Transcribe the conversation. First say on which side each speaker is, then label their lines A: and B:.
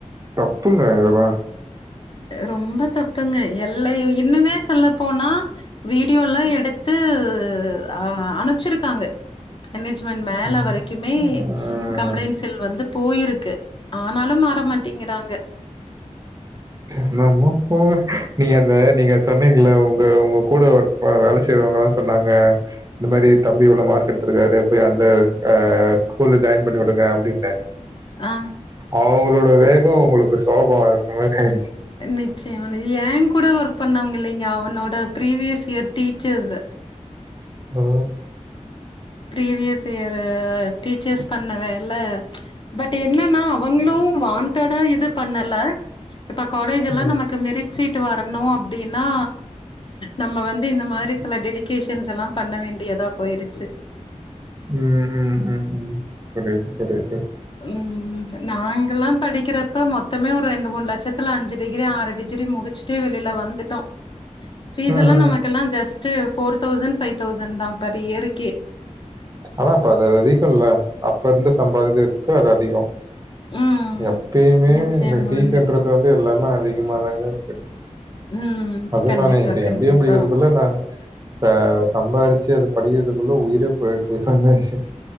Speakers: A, on the right; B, on the left.
A: தப்புங்க இதுலா
B: அ ரொம்ப தப்புங்க எல்லா யு இன்னுமே சொல்லப் போனா வீடியோலா எடுத்து அ அ அனுப்ச்சிருக்காங்க மேனேஜ்மென்ட் மேல
A: ம்.
B: வரைக்குமே
A: ம்.
B: கம்ப்ளைண்ட்ஸில் வந்து போயிருக்கு ஆனாலு மாற மாட்டேங்கிறாங்க
A: என்னமோ போங்க நீங்க அந்த நீங்க சொன்னீங்கல்ல உங் க உங்க கூட ஒர்க் அ வேல செய்றவங்கல்லா சொன்னாங்க இந்த மாரி தம்பி இவ்ளோ மார்க் எடுத்திருக்காரு போய் அந்த அ ஸ்கூல்ல ஜாயின் பண்ணி விடுங்க அப்டின்னு
B: ஆ
A: அவுங்ளோட வேகோ உங்களுக்கு சோகோ அந்த மாரி ஆயிருச்
B: நிச்சயமா இது ஏங்கூட ஒர்க் பண்ணவங்க இல்லைங்க அவனோட ப்ரீவியஸ் இயர் டீச்சர்ஸு
A: ஓ
B: ப்ரீவியஸ் இயரு டீச்சர்ஸ் பண்ண வேல பட் என்னனா அவங்ளு வான்டடா இது பண்ணல இப்ப காலேஜ் எல்லா
A: ம்.
B: நமக்கு மெரிட் சீட்டு வரணு அப்டின்னா நம்ம வந்து இந்த மாரி சில டெடிகேஷன்ஸ் எல்லா பண்ண வேண்டியதா போயிருச்சு
A: ம் ம் ம் ம் புரியிது புரியிது
B: ம் நாங்கல்லா படிக்கிற ப்ப மொத்தமே ஒரு ரெண்டு மூணு லட்சத்துல அஞ்சு டிகிரி ஆறு டிஜிரி முடிச்சுட்டு வெளில வந்துட்டோ ஃபீஸ்
A: ம்.
B: எல்லா
A: ம்.
B: நமக்கெல்லா just four thousand five thousand தா பர் இயருக்கே
A: ஆனா அப்ப அது அதிகோ இல்ல அப்ப இருந்த சம்பாதியத்துக்கு அது அதிகோ
B: ம்
A: எப்பயுமே
B: நிச்சயமாங்க
A: இந்த ஃபீஸுன்றது வந்து எல்லாமே அதிகமாதாங்க இருக்கு
B: ம்
A: அது
B: கண்டிப்பா
A: நானே இப்ப
B: கண்டிப்பா
A: எம் பி ஏ முடிக்கிறதுக்குள்ள நானு ச சம்பாரிச்சு அது படிக்கிறதுக்குள்ள உயிரே போய்ருச்சு <inaudible>